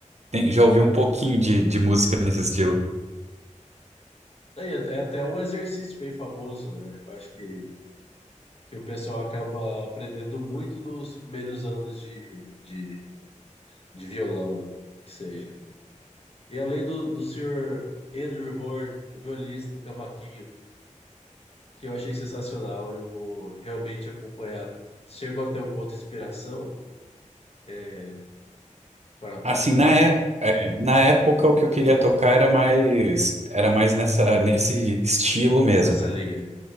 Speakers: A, on the right (about 60°); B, on the left (about 50°).
A: tem- já ouviu um pouquinho de, de música nesse estilo.
B: é, é até um exercício bem famoso, né? Eu acho que que o pessoal acaba aprendendo muito nos primeiros anos de, de, de violão, que seja. E além do, do senhor Andrew Bird, o violinista do cavaquinho, que eu achei sensacional, eu vou realmente acompanhar. Chegou até alguma outra inspiração é, para
A: Assim,
B: tocar
A: na, é, é, na época o que eu queria tocar era mais era mais nessa nesse estilo mesmo,
B: nessa linha?